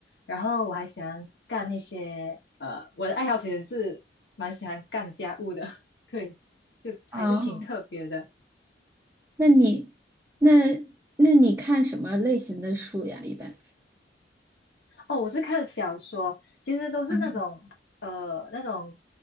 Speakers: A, on the left; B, on the right.
A: 然后我还喜欢干一些呃，我的爱好其实是蛮喜欢干家务的，<laughs> 对，就还是挺特别的。
B: 哦，那你那那你看什么类型的书呀？一般
A: 哦，我是看小说，其实都是那种呃那种
B: 啊